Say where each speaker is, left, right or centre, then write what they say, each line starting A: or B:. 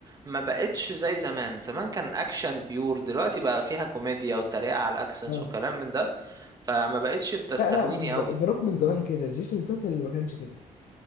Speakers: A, on the right; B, on the left.
A: ما بقتش زي زمان زمان كان اكشن بيور دلوقتي بقى فيها كوميديا وتريقة على الاكسنس
B: اه
A: وكلام من ده فما بقتش بتستهويني
B: لا لا بس ذا
A: قوي
B: روك من زمان كده جيسون ستاثام اللي ما كانش كده